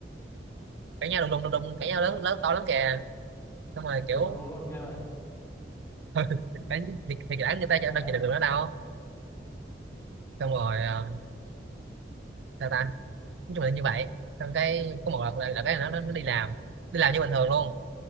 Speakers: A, on the right (about 80°); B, on the left (about 15°).
A: cãi nhau đùng đùng đùng đùng cãi nhau lớn lớn to lắm kìa xong rồi
B: Đúng,
A: kiểu
B: đúng, đúng luôn, ghê vậy.
A: <laughs> thì, thì, thì đã người ta
B: Xong rồi sao
A: đâu
B: nữa?
A: chịu đựng được nữa đâu xong rồi ờ, sao ta nói chung là như vậy xong cái có một lần là, cái
B: Ừ.
A: là nó, nó nó đi làm đi làm như bình thường luôn